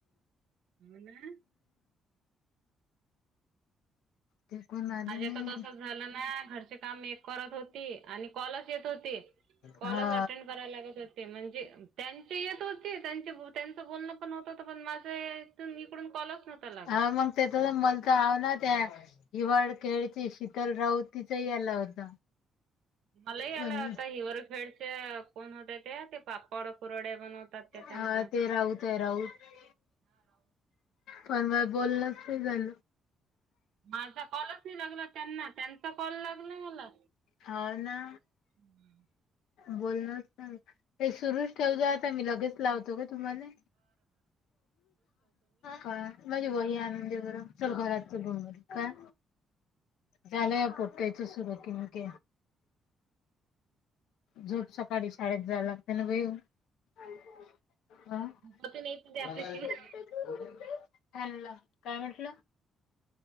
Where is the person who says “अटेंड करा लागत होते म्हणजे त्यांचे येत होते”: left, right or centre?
Right